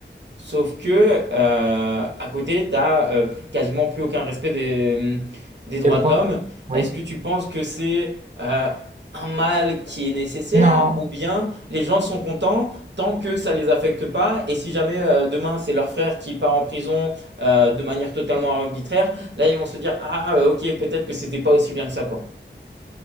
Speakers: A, on the right (about 70°); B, on the right (about 40°).
A: Sauf que, euh, à côté, tu n'as quasiment plus aucun respect des, hum, des droits
B: Les droits.
A: de l'homme.
B: Oui.
A: Est-ce que tu penses que c'est euh, un mal qui est nécessaire
B: Non,
A: ou bien les gens sont contents tant que ça ne les affecte pas et si jamais euh, demain c'est leur frère qui part en prison euh, de manière totalement arbitraire, là ils vont se dire, ah euh, ok, peut-être que c'était pas aussi bien que ça, quoi.